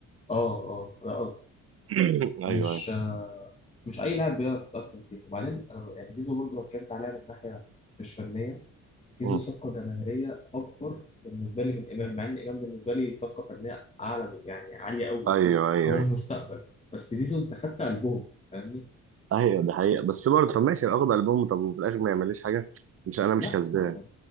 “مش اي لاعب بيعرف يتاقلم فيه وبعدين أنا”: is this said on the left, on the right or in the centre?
Left